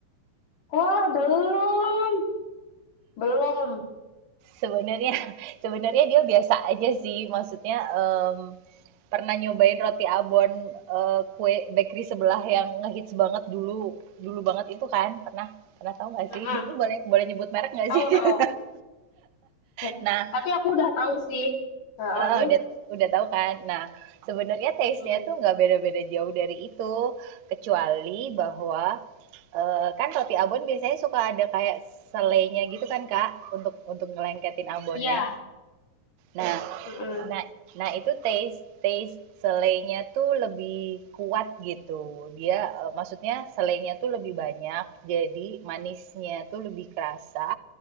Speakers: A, on the left (about 65°); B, on the right (about 70°).
A: Wah, belum. Belum.
B: Sebenarnya <laughs> sebenarnya dia biasa aja sih. Maksudnya em, pernah nyobain roti abon eh, kue bakery sebelah yang ngehits banget dulu dulu banget itu kan? Pernah pernah tahu nggak
A: Mm-mm.
B: sih? Ini boleh boleh nyebut merek nggak
A: Tahu,
B: sih? <laughs>
A: tahu.
B: Nah,
A: <laughs> Tapi aku udah tahu sih. Heeh.
B: Heeh, udah udah tahu kan? Nah, sebenarnya taste-nya
A: Mm-mm.
B: tuh nggak beda-beda jauh dari itu, kecuali bahwa eh, kan roti abon biasanya suka ada kayak selainya gitu kan, Kak, untuk untuk ngelengketin abonnya.
A: Iya.
B: Nah,
A: Mm-mm.
B: nah, nah itu taste taste selainya tuh lebih kuat gitu. Dia eh, maksudnya selainya tuh lebih banyak, jadi manisnya tuh lebih kerasa